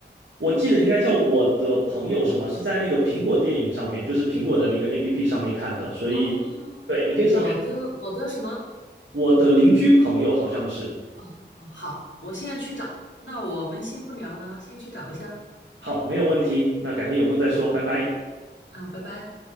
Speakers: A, on the right; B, on the left.
A: 我记得应该叫我的朋友什么，是在那个苹果电影上面，就是苹果的那个 APP 上面看的，所以
B: 哦，
A: 对，你可以上去。
B: 我的我的什么？
A: 我的邻居朋友好像是，
B: 哦哦，好，我现在去找。那我们先不聊了，先去找一下
A: 好，没有问题，那改天有空再说，拜拜。
B: 啊，拜拜。